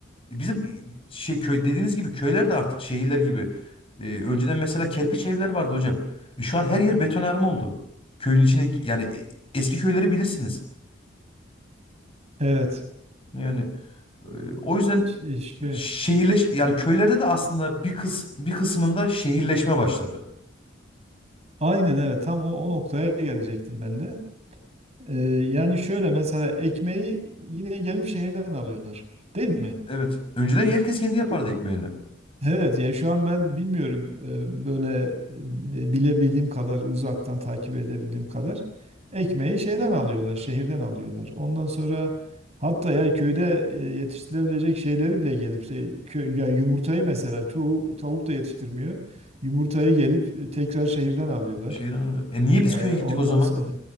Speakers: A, on the left; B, on the right.
A: E, bizim e, şey köy dediğiniz gibi köyler de artık şehirler gibi. E, önceden mesela kerpiç evler vardı hocam. E, şu an her yer betonarme oldu. Köyün içine yani e, eski köyleri bilirsiniz.
B: Evet.
A: Yani e, o yüzden
B: Şey, şey-
A: şehirleş yani köylerde de aslında bir kıs bir kısmında şehirleşme başladı.
B: aynen evet tam o, o noktaya gelecektim ben de. Ee, yani şöyle mesela ekmeği yine gelip şehirden alıyorlar. Değil mi?
A: Evet. Önceden herkes
B: Ya,
A: kendi yapardı
B: gıd-
A: ekmeğini.
B: Evet ya şu an ben bilmiyorum e, böyle e, bilebildiğim kadar uzaktan takip edebildiğim kadar ekmeği şeyden alıyorlar, şehirden alıyorlar. Ondan sonra hatta ya köyde e, yetiştirebilecek şeyleri bile gelip işte kö- ya yumurtayı mesela çoğu tavuk da yetiştirmiyor. Yumurtayı gelip e, tekrar şehirden alıyorlar.
A: Şeyden E niye biz
B: Ee,
A: köye gittik
B: ondan
A: o zaman?
B: sonra <laughs>